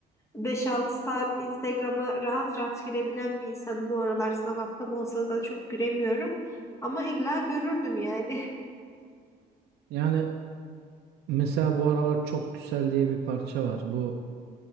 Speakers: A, on the left; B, on the right.
A: beş altı saat Instagram'a rahat rahat girebilen bir insanım. Bu aralar sınav haftam olsa da çok giremiyorum. Ama illa görürdüm yani. <laughs>
B: Yani mesela bu aralar çok güzel diye bir parça var. Bu